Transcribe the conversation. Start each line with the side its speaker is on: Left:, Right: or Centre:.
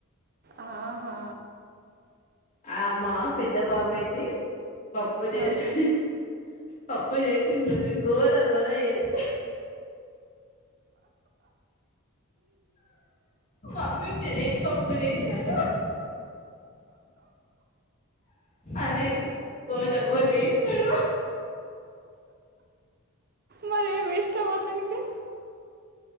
Right: ఆహా
Left: ఆ మా పెద్ద బాబు అయితే పప్పు చేసి
Right: ఆ.
Left: పప్పు చేసిం రోజు గోల గోలా ఎది మమ్మీ మీరు ఏం పప్పు చేశారు అదేంది బోలం బలే ఏతడు
Right: మరేమి ఇష్టం అతనికి